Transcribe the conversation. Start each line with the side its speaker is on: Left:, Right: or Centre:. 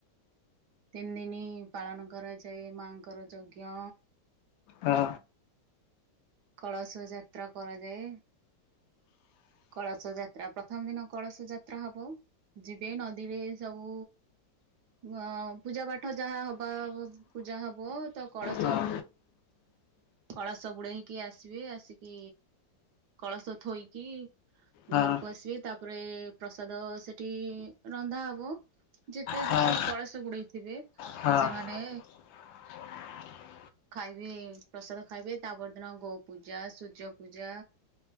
Right: ତିନି ଦିନି ପାଳନ କରାଯାଏ ମାଙ୍କର ଯଜ୍ଞ
Left: ହଁ।
Right: କଳସ ଯାତ୍ରା କରାଯାଏ। କଳସ ଯାତ୍ରା ପ୍ରଥମ ଦିନ କଳସ ଯାତ୍ରା ହବ। ଯିବେ ନଦୀରେ ସବୁ ଅ ପୂଜା ପାଠ ଯାହା ହବ ପୂଜା ହବ ତ କଳସ
Left: ହଁ
Right: କଳସ ବୁଡେଇକି ଆସିବେ ଆସିକି କଳସ ଥୋଇକି
Left: ହଁ
Right: ଘରକୁ ଆସିବେ ତାପରେ ପ୍ରସାଦ ସେଠି ରନ୍ଧା ହବ। ଯେତେ
Left: ହଁ
Right: ବି ସବୁ କଳସ ଗୁଡେଇଥିବେ
Left: ହଁ
Right: ସେମାନେ
Left: ହଁ <inaudible>
Right: ଖାଇବେ ପ୍ରସାଦ ଖାଇବେ ତାପରଦିନ ଗୋ ପୂଜା ସୂର୍ଯ୍ୟ ପୂଜା